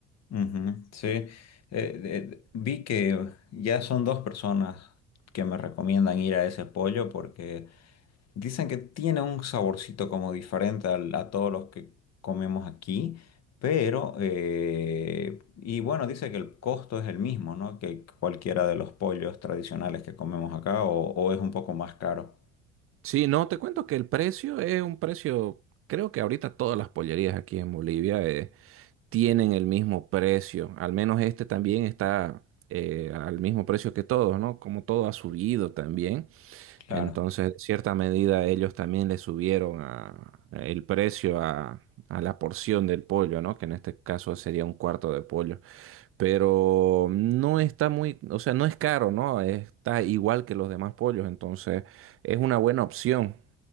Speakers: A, on the left; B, on the right.
A: ujú, Sí. Eh, de- vi que ya son dos personas que me recomiendan ir a ese pollo porque... Dicen que tiene un saborcito como diferente al- a, todos los que comemos aquí, pero, eh, y bueno, dice que el costo es el mismo, ¿no? Que cualquiera de los pollos tradicionales que comemos acá, o, o es un poco más caro.
B: Sí, no, te cuento que el precio es un precio, creo que ahorita todas las pollerías aquí en Bolivia eh, tienen el mismo precio, al menos este también está eh, al mismo precio que todos, ¿no? Como todo ha subido también.
A: Claro.
B: Entonces, en cierta medida, ellos también le subieron a- el precio a, a la porción del pollo, ¿no? Que en este caso sería un cuarto de pollo. Pero no está muy, o sea, no es caro, ¿no? Está igual que los demás pollos, entonces es una buena opción.